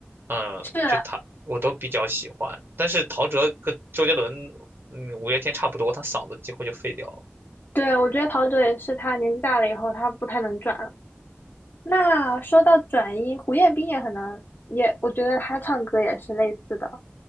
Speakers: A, on the right; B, on the left.
A: 嗯，
B: 是，
A: 就他我都比较喜欢，但是陶喆跟周杰伦，嗯，五月天差不多，他嗓子几乎就废掉了。
B: 对，我觉得陶喆也是，他年纪大了以后，他不太能转了那说到转音，胡彦斌也很能，也我觉得他唱歌也是类似的。